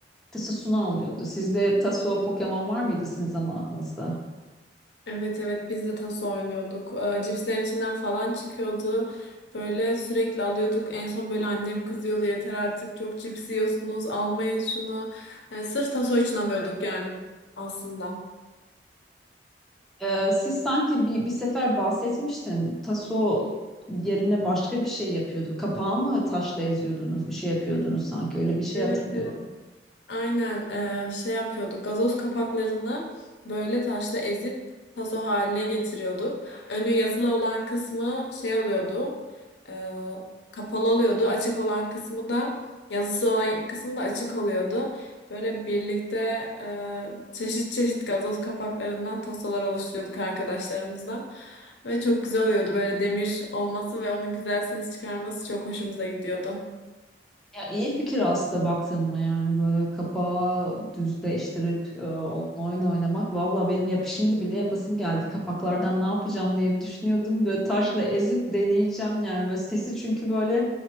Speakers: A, in the centre; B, on the left.
A: tasosunu alıyordu. Sizde taso Pokemon var mıydı sizin zamanınızda?
B: Evet evet biz de taso oynuyorduk. Ee, cipslerin içinden falan çıkıyordu. Böyle sürekli alıyorduk. En son böyle annem kızıyordu yeter artık çok cips yiyorsunuz almayın şunu. Ee, sırf taso için alıyorduk yani aslında.
A: Ee, siz sanki bir, bir sefer bahsetmiştin. Taso yerine başka bir şey yapıyordu. Kapağı mı taşla eziyordunuz, bir şey yapıyordunuz sanki. Öyle bir şey
B: Evet
A: hatırlıyorum.
B: evet. Aynen eee, şey yapıyorduk. Gazoz kapaklarını böyle taşla ezip taso haline getiriyorduk. Önü yazılı olan kısmı şey oluyordu. eee, kapalı oluyordu. Açık olan kısmı da yazısı olan kısmı da açık oluyordu. Böyle birlikte eee, çeşit çeşit gazoz kapaklarından tasolar oluşturuyorduk arkadaşlarımızla. Ve çok güzel oluyordu. Böyle demir olması ve onun güzel ses çıkarması çok hoşumuza gidiyordu.
A: Ya iyi fikir aslında baktın mı yani böyle kapağı düzleştirip e, onunla oyun oynamak. Valla benim yap şimdi bile yapasım geldi. Kapaklardan ne yapacağım diye bir düşünüyordum. Böyle taşla ezip deneyeceğim yani böyle sesi çünkü böyle